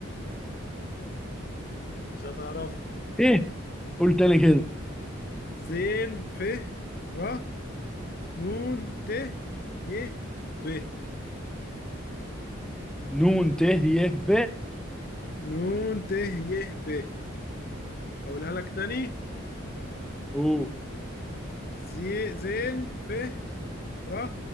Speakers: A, on the left; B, in the centre.
A: مش هتعرفها
B: ايه قول تاني كده
A: زين ف ر نون ت ي ب
B: نون ت ي ب
A: نون ت ي ب هقولها لك تاني
B: او
A: زي زين ف ر